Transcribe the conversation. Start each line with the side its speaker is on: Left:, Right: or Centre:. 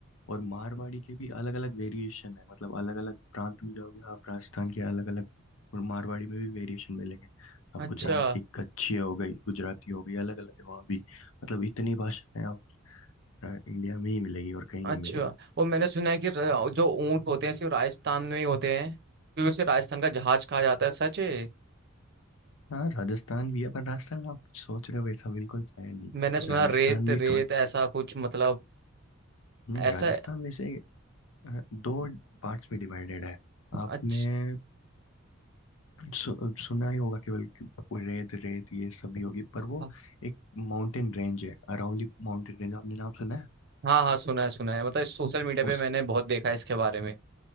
Left: और मारवाड़ी के भी अलग अलग वेरिएशन है मतलब अलग अलग प्रांत में जाओगे आप राजस्थान के अलग अलग और मारवाड़ी में भी वेरिएशन मिलेंगे आप
Right: अच्छा
Left: गुजरात की कच्छी हो गई गुजराती हो गई अलग अलग है वहाँ भी मतलब इतनी भाषाएं आप अ, इंडिया में ही मिलेगी और कहीं नहीं
Right: अच्छा
Left: मिलेगी
Right: वो मैंने सुना है कि र- जो ऊंट होते हैं सिर्फ राजस्थान में ही होते हैं क्योंकि उसे राजस्थान का जहाज कहा जाता है सच है
Left: हाँ राजस्थान भी है पर राजस्थान आप सोच रहे हो वैसा बिल्कुल है नहीं
Right: मैंने सुना
Left: राजस्थान
Right: रेत
Left: भी
Right: रेत
Left: थोड़ा
Right: ऐसा कुछ मतलब
Left: नहीं
Right: ऐसा
Left: राजस्थान वैसे अ, दो पार्ट्स में डिवाइडेड है आपने
Right: अच्छा
Left: सु, सुना ही होगा केवल कि वो रेत रेत ये सब भी होगी पर वो
Right: हाँ
Left: एक माउंटेन रेंज है अरावली माउंटेन रेंज आपने नाम सुना
Right: हाँ हाँ, सुना है सुना है मतलब सोशल मीडिया
Left: है
Right: पे मैंने बहुत देखा है इसके बारे में